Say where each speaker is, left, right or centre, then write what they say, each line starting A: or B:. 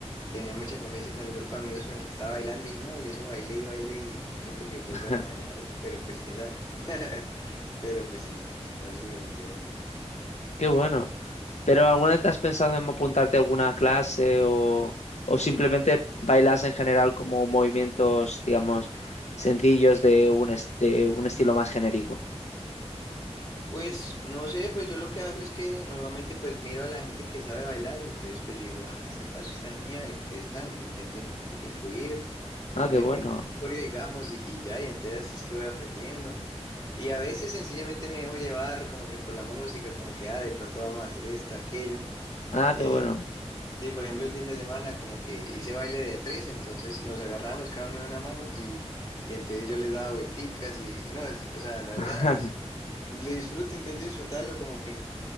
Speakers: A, on the left; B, on the left.
A: tenía mucha confianza con el grupo de amigos con el que estaba bailando y no, y eso bailé y bailé y yo siento que pues
B: <laughs>
A: bueno, bailar, pero pues quién sabe. <laughs> Pero pues sí, en tu caso es diferente, wow.
B: Qué
A: Así
B: bueno.
A: que genial.
B: ¿Pero alguna vez has pensado en apuntarte a alguna clase o, o simplemente bailas en general como movimientos, digamos, sencillos de un, est- de un estilo más genérico?
A: Pues no sé, pues yo lo que hago es que normalmente pues miro a la gente que sabe bailar y entonces pues yo digo, ah, este paso está genial y entonces tan, lo intento inclu- incluir
B: Ah,
A: como
B: qué bueno.
A: en mi repertorio, digamos, y, y ya, y entonces así es que voy aprendiendo. Y a veces sencillamente me dejo llevar como que por la música, como que, ah, de pronto vamos a hacer esto, aquello.
B: Ah,
A: eh,
B: qué bueno.
A: Sí, por ejemplo, el fin de semana como que hice baile de a tres, entonces nos agarramos cada uno de una mano y, y entonces yo les daba vuelticas y no, es- o sea, la verdad,
B: <laughs>
A: pues, le disfruto, intento disfrutarlo como que